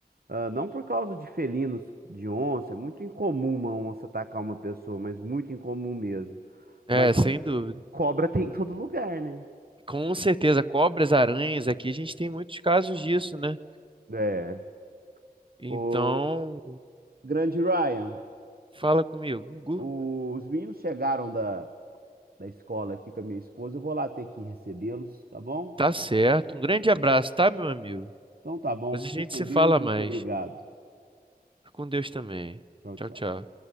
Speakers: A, on the right (about 70°); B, on the right (about 30°).
A: Ah, não por causa de felinos, de onça, é muito incomum uma onça atacar uma pessoa, mas muito incomum mesmo.
B: É,
A: Mas
B: sem dúvida.
A: cobra tem em todo lugar, né?
B: Com certeza, cobras, aranhas, aqui a gente tem muitos casos disso, né?
A: É.
B: Então,
A: O grande Ryan,
B: fala comigo, Gugu.
A: o- os meninos chegaram da, da escola aqui com a minha esposa. Eu vou lá ter que recebê-los, tá bom?
B: Tá certo. Um grande abraço, tá, meu amigo?
A: Então tá bom,
B: Depois
A: fica
B: a gente
A: com
B: se
A: Deus,
B: fala
A: muito
B: mais.
A: obrigado.
B: Fica com Deus também.
A: Tchau,
B: Tchau,
A: tchau.
B: tchau.